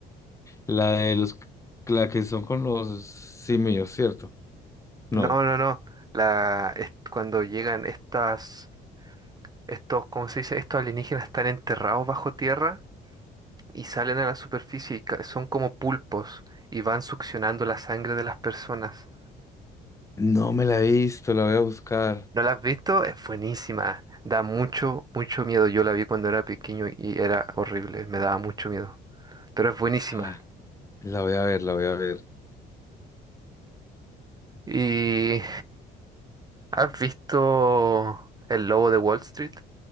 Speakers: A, on the left (about 15°); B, on the right (about 20°).
A: La de los, la que son con los simios, ¿cierto? No,
B: No, no, no. La, es cuando llegan estas, estos, ¿cómo se dice? Estos alienígenas están enterrados bajo tierra y salen a la superficie y ca- son como pulpos y van succionando la sangre de las personas.
A: no me la he visto, la voy a buscar.
B: ¿No la has visto? Es buenísima. Da mucho, mucho miedo. Yo la vi cuando era pequeño y era horrible. Me daba mucho miedo. Pero es buenísima.
A: Ah, la voy a ver, la voy a ver.
B: ¿Y has visto El Lobo de Wall Street?